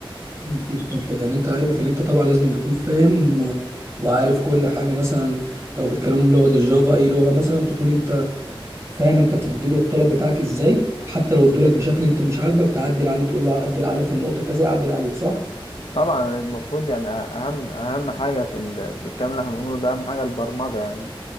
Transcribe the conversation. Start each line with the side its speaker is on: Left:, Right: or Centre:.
Right: في الصح يعني انت عارف ان انت طبعا لازم أن تكون فاهم آه، وعارف كل حاجة مثلا لو بتكلمهم لغة الجافا اي لغة مثلا تكون انت فاهم انت بتديله الطلب بتاعك ازاي حتى لو ادولك بشكل انت مش عاجبك تعدل عليه تقول له عدل عليا في النقطه كذا يعدل عليك صح
Left: طبعا المفروض يعني اهم اهم حاجه في ال... في الكلام اللي احنا بنقوله ده اهم حاجه البرمجه يعني